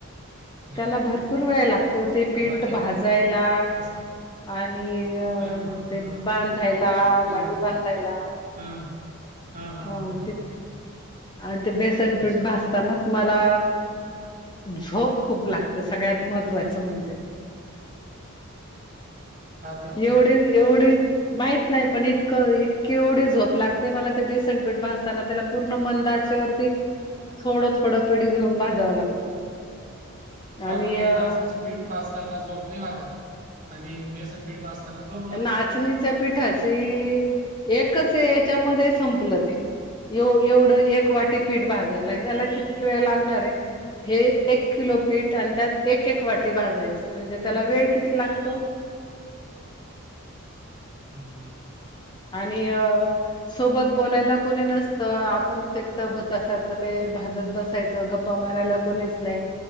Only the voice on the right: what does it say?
ना.
बाकी
कस
हां, हां,
हां.
हं.
हां. हां, हां,
हां, हां,
हां.
अच्छा.
का बरं?
का
बरं ते
नाचणीचं पीठ भाजताना झोप नै लागत आणि बेसन पीठ भाजताना झोप लागते
हम्म हम्म.